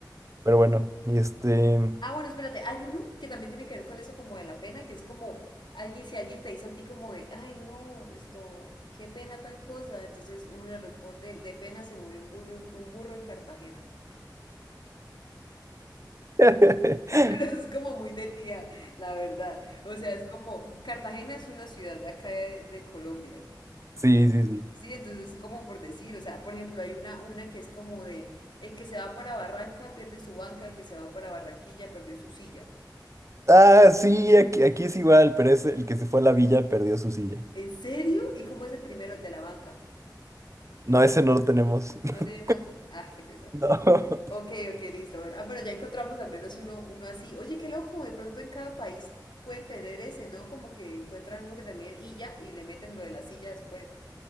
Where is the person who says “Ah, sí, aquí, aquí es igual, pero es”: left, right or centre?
Right